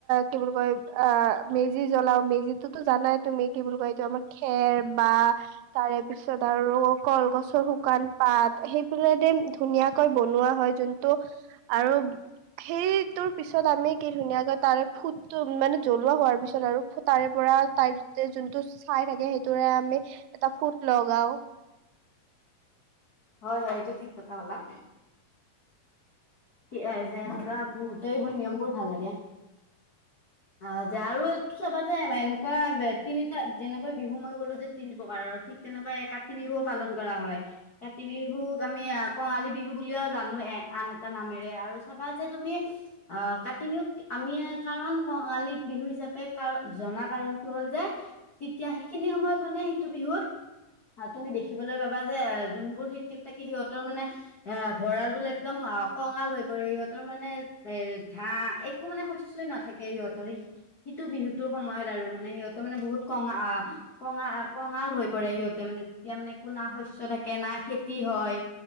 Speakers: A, on the right; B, on the left.
A: কি বুলি কয় অ মে মেজি জ্বলাও মেজিতটো জানাই তুমি কি বুলি কয় এইটো আমাৰ খেৰ বাহঁ তাৰে পিছত আৰু কলগছৰ শুকান পাত সেই বিলাক দিয়ে ধুনীয়াকৈ বনোৱা হয়, যোনটো আৰু সেই তোৰ পিছত আমি কি ধুনীয়াকৈ তাৰে ফুটটো মানে জ্বলোৱা হোৱাৰ পিছত আৰু তাৰে পৰা তাৰ যোনটো চাই থাকে সেইটোৰে আমি এটা ফুট লগাওঁ।
B: হয়, হয় এইটো ঠিক কথা ক'লা। কি যে এনেকুৱা বহুতে এইবোৰ নিয়মবোৰ ভাল লাগে। আ যাওঁ উৎ সব যায় আমাৰ এনেকুৱা বে তিনিটা যেনেকৈ বিহু মই ক'লো যে তিনি প্ৰকাৰৰ ঠিক তেনেকৈ কাতি বিহুও পালন কৰা হয়। কাতি বিহুক আমি কঙালী বিহু বুলিও জানোৱে। এ আন এটা নামেৰে আৰু চাবা যে তুমি অ' কাতি বিহুক আমি কাৰণ কঙালী বিহু হিচাপে তাৰ জনা কাৰণটো হ'ল যে তেতিয়া সেইখিনি সময়ত মানে সেইটো বিহুত তুমি দেখিবলৈ পাবা যে এ যোনবোৰ খেতিয়ক থাকে সিহঁতৰ মানে এ ভঁৰালবোৰ একদম অ' কঙাল হৈ পৰে সিহঁতৰ মানে এ ধা একো মানে শস্যই নাথাকে সিহঁতৰ এইটো বিহুটোৰ সময়ত আৰু মানে সিহঁতে মানে বহুত কঙা কঙা কঙাল হৈ পৰে সিহঁতে মানে এতিয়া মানে কোনো না শস্য থাকে, না খেতি হয়